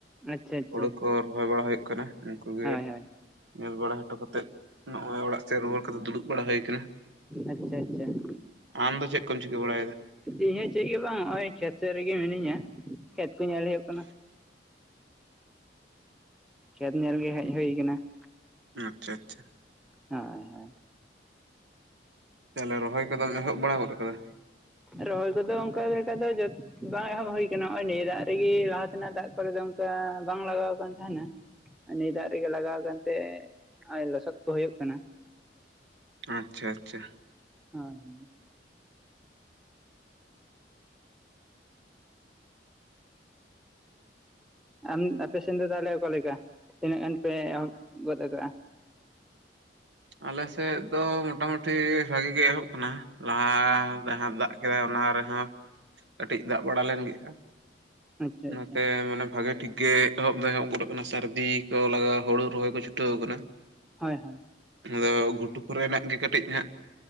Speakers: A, in the centre; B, on the right.
A: ᱟᱪᱪᱷᱟ ᱟᱪᱪᱷᱟ
B: ᱦᱩᱲᱳ ᱠᱚ ᱨᱚᱦᱚᱭ ᱵᱟᱲᱟ ᱦᱩᱭᱩᱜ ᱠᱟᱱᱟ ᱩᱱᱠᱩ ᱜᱮ
A: ᱦᱳᱭ ᱦᱳᱭ
B: ᱧᱮᱞ ᱵᱟᱲᱟ ᱦᱚᱴᱚ ᱠᱟᱛᱮᱫ ᱱᱚᱜᱼᱚᱭ ᱚᱲᱟᱜ ᱥᱮᱫ ᱨᱩᱣᱟᱹᱲ ᱠᱟᱛᱮ ᱫᱩᱲᱩᱵ ᱵᱟᱲᱟ ᱦᱩᱭ ᱟᱠᱟᱱᱟ ᱾
A: ᱟᱪᱪᱷᱟ, ᱟᱪᱪᱷᱟ ᱾
B: ᱟᱢ ᱫᱚ ᱪᱮᱫ ᱠᱚᱢ ᱪᱤᱠᱟᱹ ᱵᱟᱲᱟᱭᱫᱟ?
A: ᱤᱧ ᱦᱚᱸ ᱪᱮᱫ ᱜᱮ ᱵᱟᱝ ᱱᱚᱜᱼᱚᱭ ᱠᱷᱮᱛ ᱥᱮᱫ ᱨᱮᱜᱮ ᱢᱤᱱᱟᱹᱧᱟ ᱠᱷᱮᱛ ᱠᱚ ᱧᱮᱞ ᱦᱩᱭᱩᱜ ᱠᱟᱱᱟ ᱾ ᱠᱷᱮᱛ ᱧᱮᱞ ᱜᱮ ᱦᱮᱡ ᱦᱩᱭ ᱟᱠᱟᱱᱟ ᱾
B: ᱟᱪᱪᱷᱟ, ᱪᱷᱟ, ᱪᱷᱟ ᱾
A: ᱦᱳᱭ ᱦᱳᱭ ᱾
B: ᱛᱚᱦᱞᱮ ᱨᱚᱦᱚᱭ ᱠᱚᱫᱚᱢ ᱮᱦᱚᱵ ᱵᱟᱲᱟ ᱜᱚᱫ ᱠᱟᱫᱟ?
A: ᱨᱚᱦᱚᱭ ᱠᱚᱫᱚ ᱚᱱᱠᱟ ᱞᱮᱠᱟ ᱫᱚ ᱡᱟᱥ ᱵᱟᱝ ᱮᱦᱚᱵ ᱦᱩᱭ ᱟᱠᱟᱱᱟ ᱱᱚᱜᱼᱚᱭ ᱱᱤᱭᱟᱹ ᱫᱟᱜ ᱨᱮᱜᱮ ᱞᱟᱦᱟ ᱛᱮᱱᱟᱜ ᱫᱟᱜ ᱠᱚᱨᱮ ᱫᱚ ᱵᱟᱝ ᱞᱟᱜᱟᱣ ᱠᱟᱱᱟᱱ ᱛᱟᱦᱮᱱᱟ ᱱᱤᱭᱟᱹ ᱫᱟᱜ ᱨᱮᱜᱮ ᱞᱟᱜᱟᱣ ᱟᱠᱟᱱᱛᱮ ᱞᱚᱥᱚᱫ ᱠᱚ ᱦᱩᱭᱩᱜ ᱠᱟᱱᱟ
B: ᱟᱪᱪᱷᱟ ᱟᱪᱪᱷᱟ
A: ᱦᱟᱸ ᱦᱩᱸ ᱟᱢ ᱟᱯᱮ ᱥᱮᱱ ᱫᱚ ᱛᱟᱦᱚᱞᱮ ᱚᱠᱟ ᱞᱮᱠᱟ ᱛᱤᱱᱟᱹᱜ ᱜᱟᱱ ᱯᱮ ᱮᱦᱚᱵ ᱜᱚᱫ ᱟᱠᱟᱜᱼᱟ
B: ᱟᱞᱮ ᱥᱮᱫ ᱫᱚ ᱢᱚᱴᱟᱢᱩᱴᱤ ᱵᱷᱟᱜᱤ ᱜᱮ ᱮᱦᱚᱵ ᱠᱟᱱᱟ ᱞᱟᱦᱟ ᱡᱟᱸᱦᱟᱸ ᱫᱟᱜ ᱠᱮᱫᱟᱭ ᱚᱱᱟ ᱨᱮᱦᱚᱸ ᱠᱟᱴᱤᱡ ᱫᱟᱜ ᱵᱟᱲᱟ ᱞᱮᱱ ᱜᱮᱭᱟ
A: ᱟᱪᱪᱷᱟ ᱟᱪᱪᱷᱟ
B: ᱱᱚᱛᱮ ᱢᱟᱱᱮ ᱵᱷᱟᱜᱮ ᱴᱷᱤᱠ ᱜᱮ ᱮᱦᱚᱵ ᱫᱚ ᱮᱦᱚᱵ ᱜᱚᱫ ᱟᱠᱟᱱᱟ ᱥᱟᱨᱫᱤ ᱠᱚ ᱞᱟᱜᱟᱣ ᱦᱳᱲᱳ ᱨᱚᱦᱚᱭ ᱠᱚ ᱪᱷᱩᱴᱟᱹᱣ ᱟᱠᱟᱱᱟ
A: ᱦᱚᱭ ᱦᱚᱭ
B: ᱱᱟᱫᱚ ᱜᱷᱩᱴᱩ ᱠᱚᱨᱮᱱᱟᱜ ᱜᱮ ᱠᱟᱴᱤᱡ ᱦᱟᱸᱜ